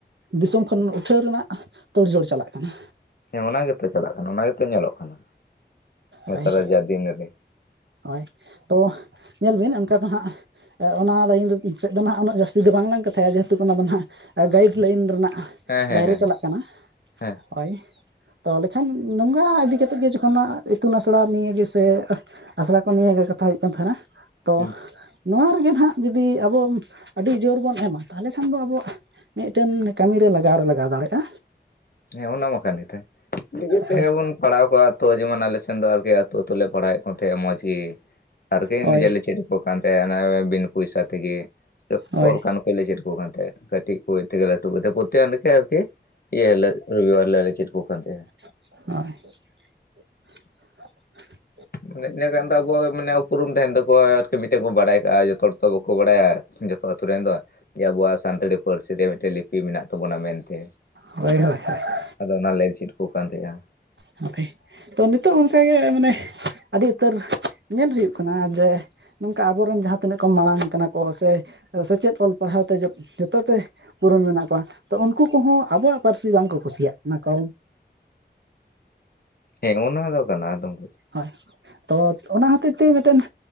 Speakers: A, on the right; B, on the left.
A: ᱫᱤᱥᱚᱢ ᱠᱷᱚᱱ ᱩᱴᱷᱟᱹᱣ ᱨᱮᱱᱟᱜ ᱛᱚᱲᱡᱚᱲ ᱪᱟᱞᱟᱜ ᱠᱟᱱᱟ
B: ᱦᱮᱸ ᱚᱱᱟ ᱜᱮ ᱛᱚ ᱪᱟᱞᱟᱜ ᱠᱟᱱᱟ ᱚᱱᱟ ᱜᱮ ᱛᱚ ᱧᱮᱞᱚᱜ ᱠᱟᱱᱟ ᱱᱮᱛᱟᱨᱟᱜ
A: ᱦᱳᱭ
B: ᱡᱟ ᱫᱤᱱ ᱨᱮ
A: ᱦᱳᱭ ᱛᱚ ᱧᱮᱞ ᱵᱤᱱ ᱚᱱᱠᱟ ᱫᱚ ᱦᱟᱸᱜ ᱚᱱᱟ ᱞᱟᱭᱤᱱ ᱥᱮᱫ ᱫᱚ ᱩᱱᱜᱟᱹᱜ ᱡᱟᱹᱥᱛᱤ ᱫᱚ ᱵᱟᱝᱞᱟᱝ ᱠᱟᱛᱷᱟᱭᱟ ᱡᱮᱦᱮᱛᱩ ᱚᱱᱟ ᱫᱚ ᱦᱟᱸᱜ ᱜᱟᱭᱤᱰ ᱞᱟᱭᱤᱱ ᱨᱮᱱᱟᱜ
B: ᱦᱮᱸ ᱦᱮᱸ
A: ᱵᱟᱭᱨᱮ
B: ᱦᱮᱸ
A: ᱪᱟᱞᱟᱜ ᱠᱟᱱᱟ
B: ᱦᱮᱸ
A: ᱦᱳᱭ ᱛᱟᱦᱚᱞᱮ ᱠᱷᱟᱱ ᱱᱚᱝᱠᱟ ᱤᱫᱤ ᱠᱟᱛᱮᱫ ᱜᱮ ᱡᱚᱠᱷᱚᱱ ᱱᱟᱦᱟᱸᱜ ᱤᱛᱩᱱ ᱟᱥᱲᱟ ᱱᱤᱭᱟ ᱜᱮᱥᱮ ᱟᱥᱲᱟ ᱠᱚ ᱱᱤᱭᱟᱜᱮ ᱠᱟᱛᱷᱟ ᱦᱩᱭᱩᱜ ᱠᱟᱱ ᱛᱟᱦᱮᱱᱟ ᱛᱚ
B: ᱦᱮᱸ
A: ᱱᱚᱣᱟ ᱨᱮᱜᱮ ᱱᱟᱦᱟᱜ ᱡᱩᱫᱤ ᱟᱵᱚ ᱟᱹᱰᱤ ᱡᱳᱨ ᱵᱚᱱ ᱮᱢᱟ ᱛᱟᱦᱚᱞᱮ ᱠᱷᱟᱱ ᱫᱚ ᱟᱵᱚᱣᱟᱜ ᱢᱤᱫᱴᱮᱱ ᱠᱟᱹᱢᱤ ᱨᱮ ᱞᱟᱜᱟᱣ ᱨᱮ ᱞᱟᱜᱟᱣ ᱫᱟᱲᱮᱭᱟᱜᱼᱟ
B: ᱦᱮᱸ ᱚᱱᱟ ᱢᱟ ᱠᱟᱱ ᱜᱮ ᱛᱟᱦᱮᱸ ᱱᱤᱡᱮ ᱛᱮ
A: ᱦᱳᱭ
B: ᱵᱚᱱ ᱯᱟᱲᱦᱟᱣ ᱠᱳᱣᱟ ᱛᱚ ᱡᱮᱢᱚᱱ ᱟᱞᱮ ᱥᱮᱱᱫᱚ ᱟᱨᱠᱤ ᱟᱹᱛᱚ ᱟᱹᱛᱩ ᱞᱮ ᱯᱟᱲᱦᱟᱣᱮᱫ ᱠᱚ ᱛᱟᱦᱮᱸᱜ ᱢᱚᱸᱡᱽ ᱜᱮ ᱟᱨᱠᱤ
A: ᱦᱳᱭ
B: ᱱᱤᱡᱮᱨ ᱞᱮ ᱪᱮᱫ ᱠᱚ ᱠᱟᱱ ᱛᱟᱦᱮᱸᱱᱟ ᱵᱤᱱ ᱯᱚᱭᱥᱟ ᱛᱮᱜᱮ ᱡᱚᱛᱚ
A: ᱦᱳᱭ
B: ᱞᱮᱠᱟᱱ ᱠᱚ ᱞᱮ ᱪᱮᱫ ᱟᱠᱚ ᱠᱟᱱ ᱛᱟᱦᱮᱸᱭᱟ ᱠᱟᱹᱴᱤᱡ ᱠᱚ ᱮᱛᱮ ᱜᱮ ᱞᱟᱴᱩ ᱠᱟᱛᱮᱫ <unintelligible> ᱤᱭᱟᱹᱞᱮ ᱨᱩᱣᱤᱵᱟᱨ ᱞᱮ ᱟᱞᱮ ᱪᱮᱫ ᱟᱠᱚ ᱠᱟᱱ ᱛᱮᱦᱮᱸᱱ
A: <unintelligible> ᱦᱳᱭ <unintelligible>
B: ᱢᱟᱱᱮ ᱤᱱᱟᱹ ᱠᱷᱟᱱ ᱫᱚ ᱟᱵᱚ ᱢᱟᱱᱮ ᱩᱯᱨᱩᱢ ᱛᱟᱦᱮᱱ ᱛᱟᱠᱚᱣᱟ ᱟᱨᱠᱤ ᱢᱤᱫᱴᱮᱱ ᱠᱚ ᱵᱟᱲᱟᱭ ᱠᱟᱜᱼᱟ ᱡᱚᱛᱚ ᱦᱚᱲ ᱛᱚ ᱵᱟᱠᱚ ᱵᱟᱲᱟᱭᱟ ᱡᱚᱛᱚ ᱟ‌ᱛᱩ ᱨᱮᱱ ᱫᱚ ᱵᱟᱝ ᱟᱵᱚᱣᱟᱜ ᱥᱟᱱᱛᱟᱲᱤ ᱯᱟᱹᱨᱥᱤ ᱨᱮ ᱢᱤᱫᱴᱮᱱ ᱞᱤᱯᱤ ᱢᱮᱱᱟᱜ ᱛᱟᱵᱚᱱᱟ ᱢᱮᱱᱛᱮ
A: ᱦᱳᱭ ᱦᱳᱭ <unintelligible>
B: ᱟᱫᱚ ᱚᱱᱟᱞ ᱞᱮ ᱪᱤᱫ ᱠᱚ ᱠᱟᱱ ᱛᱟᱦᱮᱸᱜᱼᱟ
A: ᱦᱳᱭ ᱛᱚ ᱱᱤᱛᱚᱜ ᱚᱱᱠᱟᱜᱮ ᱢᱟᱱᱮ ᱟᱹᱰᱤ ᱩᱛᱟᱹᱨ ᱧᱮᱞ ᱦᱩᱭᱩᱜ ᱠᱟᱱᱟ ᱡᱮ ᱱᱚᱝᱠᱟ ᱟᱵᱚᱨᱮᱱ ᱡᱟᱦᱟᱸ ᱛᱤᱱᱟᱹᱜ ᱠᱚ ᱢᱟᱲᱟᱝ ᱟᱠᱟᱱᱟ ᱠᱚ ᱥᱮ ᱥᱮᱪᱮᱫ ᱚᱞ ᱯᱟᱲᱦᱟᱣ ᱛᱮ ᱡᱷᱚᱛᱚ ᱛᱮ ᱯᱩᱨᱚᱱ ᱢᱮᱱᱟᱜ ᱠᱚᱣᱟ ᱛᱚ ᱩᱱᱠᱩ ᱠᱚᱦᱚᱸ ᱟᱵᱚᱣᱟᱜ ᱯᱟᱹᱨᱥᱤ ᱵᱟᱝᱠᱚ ᱠᱩᱥᱤᱭᱟᱜ ᱠᱟᱱᱟ ᱠᱚ
B: ᱦᱮᱸ ᱚᱱᱟ ᱫᱚ ᱠᱟᱱᱟ ᱟᱫᱚᱢ ᱠᱚ
A: ᱦᱳᱭ ᱛᱚ ᱚᱱᱟ ᱦᱚᱛᱮᱡ ᱛᱮ ᱢᱤᱫᱴᱮᱱ